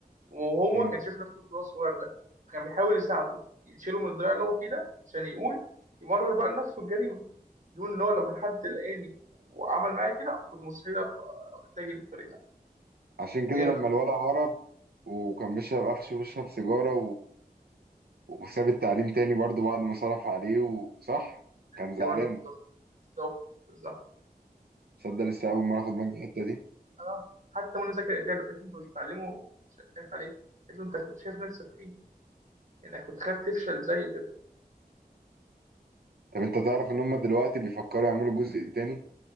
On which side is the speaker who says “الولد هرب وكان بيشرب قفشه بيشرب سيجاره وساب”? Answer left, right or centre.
Right